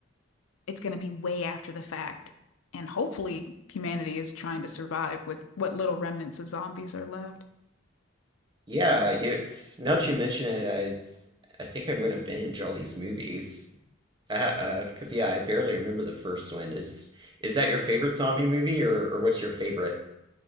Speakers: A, on the left; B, on the right.
A: it's going to be way after the fact. And hopefully humanity is trying to survive with what little remnants of zombies are left.
B: Yeah, you, it's- now that you mention it, I I think I'm gonna binge all these movies. Uh, uh, 'cause yeah, I barely remember the first one. Is is that your favorite zombie movie or or what's your favorite?